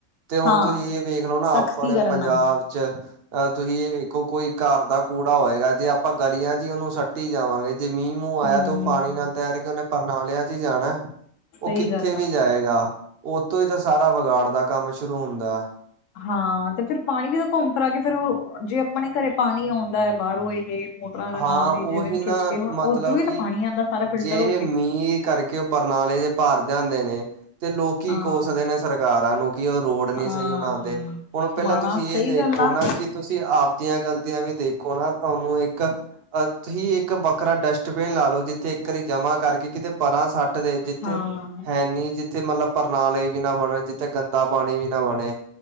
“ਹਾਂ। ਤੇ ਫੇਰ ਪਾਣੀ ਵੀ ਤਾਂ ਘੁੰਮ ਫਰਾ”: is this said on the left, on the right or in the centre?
Left